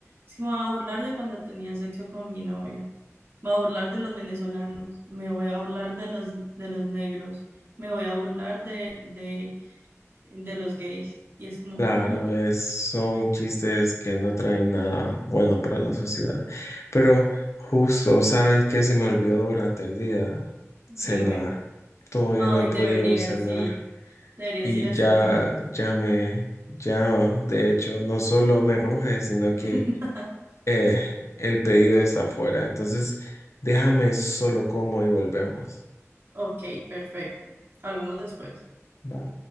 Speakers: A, on the right; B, on the left.
A: Es como a burlar de cuando tenía sexo con mi novia. Me voy a burlar de los venezolanos, me voy a burlar de los, de los negros, me voy a burlar de, de, de los gays. Y es como,
B: claro,
A: "Mm,
B: es, son chistes que no traen nada bueno para la sociedad. Pero justo, ¿sabes qué se me olvidó durante el día?
A: dime,
B: Cenar. Todavía
A: ay,
B: no he podido
A: deberías
B: cenar
A: ir, deberías
B: y
A: ir a
B: ya,
A: cenar.
B: ya me, ya, de hecho, no solo me ruge, sino
A: <laughs>
B: que Eh, el pedido está afuera, entonces déjame solo como y volvemos.
A: Ok, perfecto. Hablamos después.
B: Va.